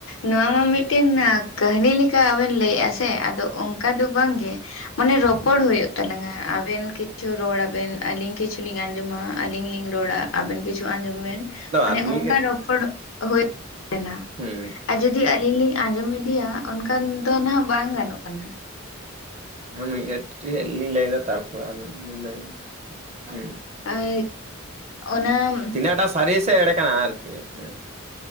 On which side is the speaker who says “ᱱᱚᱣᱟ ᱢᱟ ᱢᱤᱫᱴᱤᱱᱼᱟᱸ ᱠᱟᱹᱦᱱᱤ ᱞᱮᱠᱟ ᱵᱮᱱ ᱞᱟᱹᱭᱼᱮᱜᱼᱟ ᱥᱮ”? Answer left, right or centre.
Left